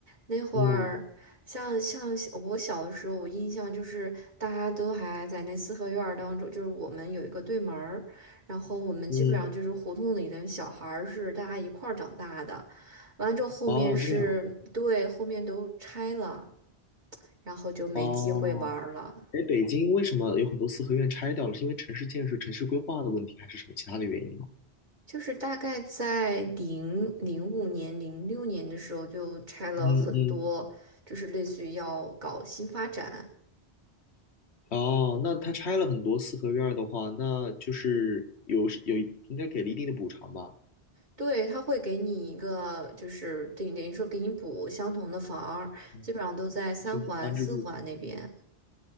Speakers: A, on the right; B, on the left.
A: 那会儿，
B: 嗯
A: 像像我小的时候，我印象就是大家都还在那四合院儿当中，就是我们有一个对门儿，然后我们基本上就是胡同里的小孩儿是大家一块儿长大的。
B: 嗯，
A: 完了之后，后面是对，
B: 哦，这样，
A: 后面都拆了，然后就没机会玩了。
B: 哦，哎，北京为什么有很多四合院拆掉了？是因为城市建设、城市规划的问题，还是什么其他的原因吗？
A: 就是大概在零零五年、零六年的时候，就拆了很多，
B: 嗯嗯
A: 就是类似于要搞新发展，
B: 哦，那他拆了很多四合院儿的话，那就是有是有应该给了一定的补偿吧？
A: 对，他会给你一个，就是等于等于说给你补相同的房儿基本上都在三环、
B: 嗯，性质安置住宿
A: 四环那边。